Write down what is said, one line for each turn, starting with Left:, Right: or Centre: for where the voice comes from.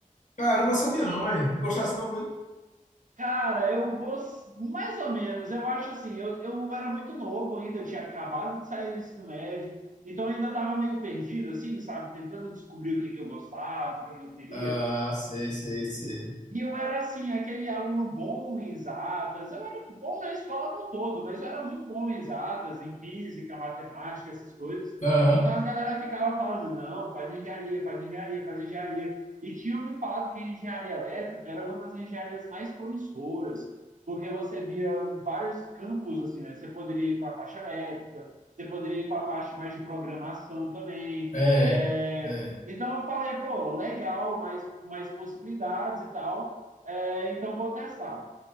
Left: Caramba, eu sabia não, velho. Gostasse não,
Right: Cara, eu gosto mais ou menos. Eu acho assim, eu, eu era muito novo ainda, eu tinha acabado de sair do ensino médio, então eu ainda estava meio perdido, assim, sabe? Tentando descobrir o que que eu gostava, o que que eu queria.
Left: Ah, sei, sei, sei.
Right: E eu era assim, aquele aluno bom em exatas. Eu era bom na escola no todo, mas eu era muito bom em exatas, em física, matemática, essas coisas.
Left: Aham,
Right: Então a galera ficava falando: não, faz engenharia, faz engenharia, faz engenharia. E tinham me falado que a engenharia elétrica era uma das engenharias mais promissoras, porque você via vários campos assim, né? Você poderia ir para a parte elétrica, você poderia ir para a parte mais de programação também.
Left: é,
Right: É,
Left: é,
Right: então eu falei, pô, legal, mais, mais possibilidades e tal. É, então vou testar.